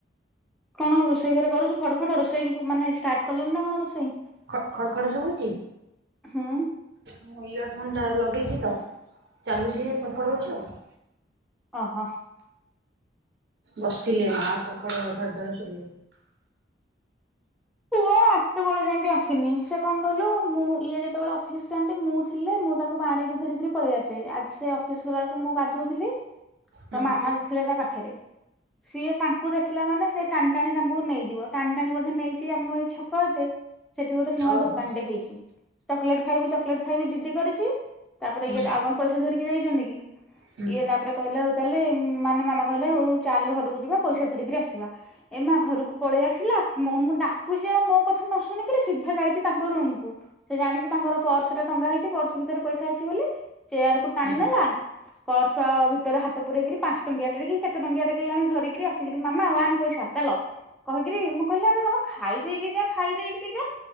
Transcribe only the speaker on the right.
ଖ ଖଡ ଖଡ ସବୁଛି
ମୁଁ ଇୟର ଫୋନ ଟା ଲଗେଇ ଚାଲୁଛି ଫଫଟଉଛି ଆଉ
ବସିଲେ ନା ଖଡ଼ ଖଡ଼ ଖଡ଼ ଧଡ ଶବୁ
ହୁଁ।
ଓହୋ
ହୁଁ
ହୁଁ
ହୁଁ।